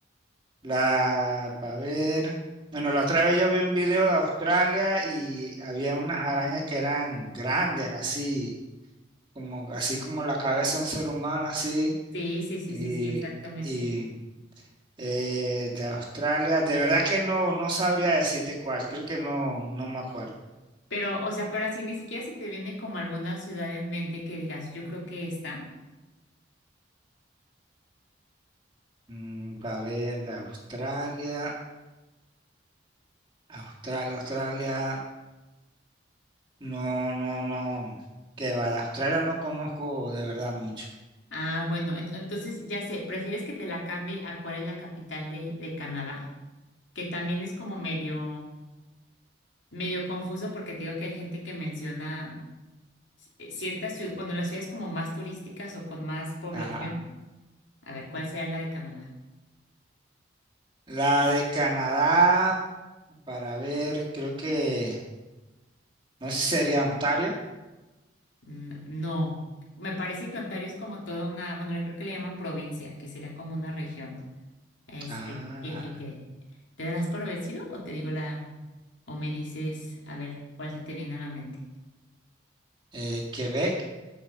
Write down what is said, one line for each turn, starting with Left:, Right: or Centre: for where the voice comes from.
Right: La, para ver. Bueno, la otra vez yo vi un video de Australia y había unas arañas que eran grandes, así, como, así como la cabeza de un ser humano, así.
Left: Sí, sí, sí,
Right: Y,
Left: sí, sí, exactamente.
Right: y eh, de Australia, de verdad que no, no sabría decirte cuál, creo que no, no me acuerdo.
Left: Pero, o sea, pero así ni siquiera se te viene como alguna ciudad en mente que digas, yo creo que esta.
Right: Mm, para ver, de Australia, Australia, Australia, no, no, no. Que va, de Australia no conozco de verdad mucho.
Left: Ah, bueno, en- entonces ya sé, ¿prefieres que te la cambie a cuál es la capital de, de Canadá? Que también es como medio, medio confuso porque te digo que hay gente que menciona eh, ciertas ciudades, bueno, las ciudades como más turísticas o con más población.
Right: Ajá.
Left: A ver, ¿cuál sería la de Canadá?
Right: La de Canadá. para ver, creo que, no sé si sería Ontario.
Left: No, no. Me parece que Ontario es como toda una, bueno, creo que le llaman provincia, que sería como una región. Este,
Right: Ah,
Left: ¿qué, qué, qué? ¿Te das por vencido o te digo la, o me dices, a ver, cuál se te viene a la mente?
Right: eh, Quebec.